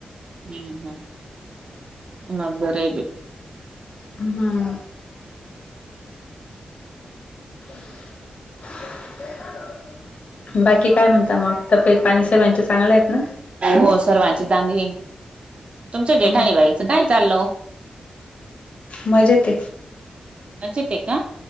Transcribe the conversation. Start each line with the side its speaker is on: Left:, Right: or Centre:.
Right: हम्म हम्म मग बरय बाई..
Left: हम.. <unintelligible> बाकी काय म्हणता मग तब्येतपाणी सगळ्यांच्या चांगल्या आहेत ना?
Right: हो सर्वांची चांगली तुमच्या जेठानी
Left: हो का
Right: बाईचं काय चाललं ओ
Left: मजेत
Right: मजेत आहे का?